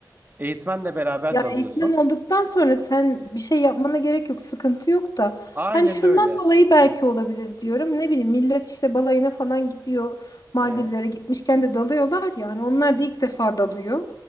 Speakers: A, on the right; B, on the left.
A: Eğitmenle beraber
B: Ya
A: dalıyorsun.
B: eğitmen olduktan sonra sen bir şey yapmana gerek yok, sıkıntı yok da.
A: Aynen
B: Hani şundan
A: öyle.
B: dolayı belki
A: Heh,
B: olabilir diyorum. Ne bileyim millet işte balayına falan gidiyor. Maldivlere
A: ee?
B: gitmişken de dalıyorlar ya. Hani onlar da ilk defa dalıyor.